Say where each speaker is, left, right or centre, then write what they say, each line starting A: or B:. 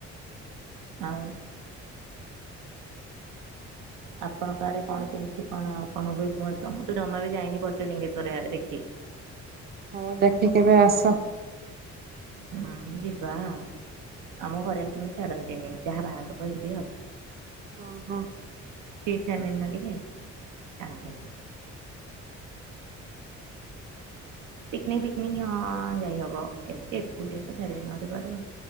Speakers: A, on the right; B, on the right.
A: ଆଉ। ଆପଣଙ୍କ ଆଡେ କଣ କେମିତି କଣ ଆଉ କଣ ହୁଏ କୁହ ମୁଁ ତ ଜମା ବି ଯାଇନି ପଞ୍ଚଲିଙ୍ଗେଶ୍ଵର ଆଡେ ଦେଖି।
B: ହଉ ଦେଖି କେବେ ଆସ!
A: ହୁଁ ଯିବାଆଉ। ଆମ ଘରେ ଏମିତି ମାନେ ଛାଡନ୍ତିନି ଯାହା ବାହାଘର ପରେ ଯିବି ଆଉ।
B: ହଁ।
A: <unintelligible> ପିକ୍ନିକ୍ ଫିକନିକ୍ ହଁ ଯାଇହବ ଏମିତି ଏକୁଟିଆ ତ ଛାଡ଼ିବେନି କୁଆଡେ।